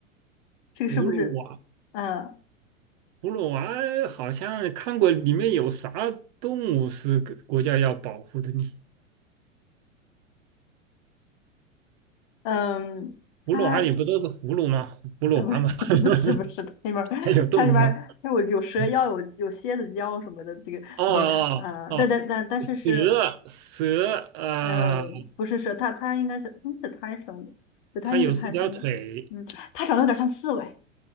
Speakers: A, on the left; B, on the right.
A: 这个是不是？
B: 葫芦娃，
A: 嗯、
B: 葫芦娃好像看过，里面有啥动物是国国家要保护的呢？
A: 嗯，
B: 葫芦娃里不都是葫芦吗？
A: 它
B: 葫芦娃吗？
A: 呃不是 <laughs> 不是不是，
B: <laughs>
A: 它里面儿它里面儿有有蛇妖，
B: 还有动物吗？<laughs>
A: 有有蝎子妖什么的，这个不是呃，
B: 哦哦哦，
A: 但但但但是是
B: 哦蛇蛇啊呃
A: 呃不是蛇，它它应该是嗯是贪生的，对，它应该是贪生的，
B: 它有四条腿。
A: 嗯，它长得有点像刺猬。